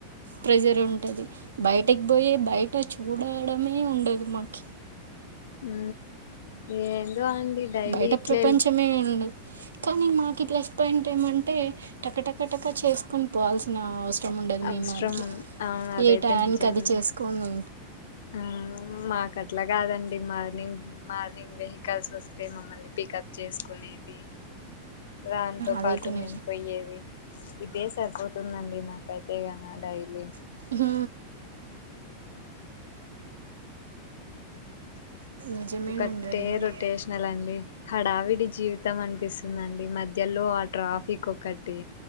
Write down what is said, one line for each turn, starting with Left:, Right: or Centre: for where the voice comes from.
Right: ప్రేజర్ ఉంటుంది బయటకి పోయే బయట చూడడమే ఉండదు మాకు
Left: ఉ ఏందో అండి డైలీ
Right: బయట
Left: ఇట్ల
Right: ప్రపంచమే ఉంది కానీ మాకు ఇట్లా ఎక్స్ప్లెయిన్ చెయ్యమంటే టక టక టక చేసుకుని పోవల్సిన అవసరం ఇష్టం ఉండదు
Left: అవసరం
Right: మీ మాదిరి గా
Left: అవును అదైతే
Right: ఏ టైం
Left: నిజమే
Right: కి అది చేసుకోనీ
Left: ఆ మాకు అట్లా కాదండి మార్నింగ్ మార్నింగ్ కలిసి వస్తే మమ్మల్ని పికప్ చేసుకునేది దానితో
Right: అదైతే
Left: పాటు
Right: నిజం
Left: మేం పోయేది ఇదే సరిపోతుందండి మాకైతే ఇగ డైలీ
Right: హ నిజమేనండి
Left: ఒకటే
Right: అది కూడా
Left: రొటేషనల్ అండి హడావిడి జీవితం అనిపిస్తుందండి మధ్య మధ్యలో ఆ ట్రాఫిక్ ఒకటి